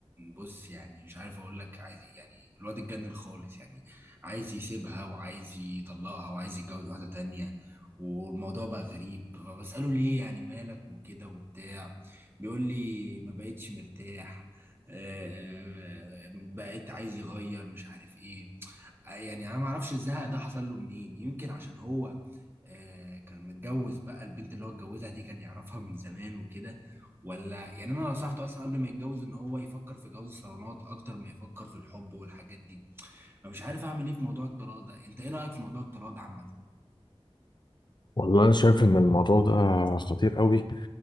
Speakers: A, on the right; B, on the left.
A: بص يعني مش عارف اقول لك عايز إيه. يعني الواد اتجنن خالص يعني عايز يسيبها وعايز يطلقها وعايز يتجوز واحدة تانية والموضوع بقى غريب فبسأله ليه يعني مالك وكده وبتاع بيقول لي ما بقتش مرتاح آه، آه، بقيت عايز يغير مش عارف ايه آه، يعني انا ما اعرفش الزهق ده حصل له منين يمكن عشان هو آه، كان متجوز بقى البنت اللي هو اتجوزها دي كان يعرفها من زمان وكده ولا يعني انا نصحته اصلا قبل ما يتجوز ان هو يفكر في جواز الصالونات اكتر ما يفكر في الحب والحاجات دي فمش عارف اعمل ايه في موضوع الطلاق ده انت ايه رأيك في موضوع الطلاق ده عامة
B: والله أنا شايف إن الموضوع ده خطير قوي